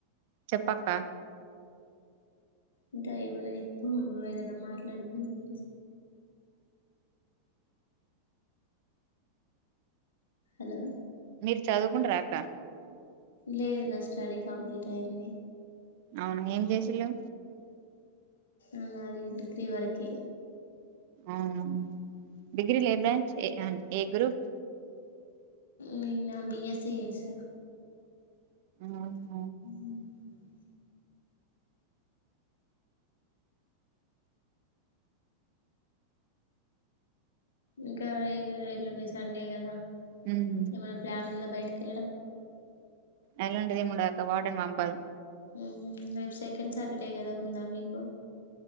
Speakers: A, on the right; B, on the left.
A: చెప్పక్క.
B: ఇంకా ఏములే చెప్పు ఉమ్ ఏదన్న మాట్లాడు నువ్వు. హలో
A: మీరు చదువుకుంటరా అక్క
B: లేదు నా స్టడీ కంప్లీట్ అయింది.
A: ఔనా ఏం జెశిల్లూ.
B: అ నాది డిగ్రీ వరకె
A: ఔను డిగ్రీలేబ్యాచ్ ఏ అ ఏ గ్రూప్
B: నీనా బీఎస్సీ జేశా
A: ఉమ్
B: ఉమ్ ఉమ్ ఇంకా ఇగ ఎల్లుండి సండే కదా
A: ఉమ్
B: ఎమన్నా ప్లాన్ ఉందా బయటక్ తిరగడం
A: అట్లాంటిదేముండదక్క వార్డెన్ వంపదు
B: ఉహు రేప్ సెకండ్ సాటర్డే గదా ఉందా మీకు